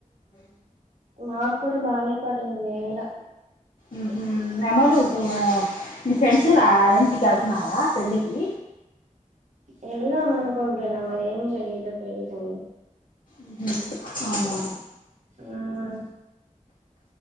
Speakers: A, on the right (about 65°); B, on the left (about 85°).
A: మా కూడా బానే పాడింది ఎండ
B: మ్ హు మీ అమ్మోళ్ళు ఆ మీ ఫ్రెండ్స్ రా ఇంటికి వెళ్తున్నారా పెళ్ళికి
A: వెళ్దాం అనుకుంటన్నా మరి ఏం చేయ <unintelligible>
B: మ్ హు అవునా
A: ఆ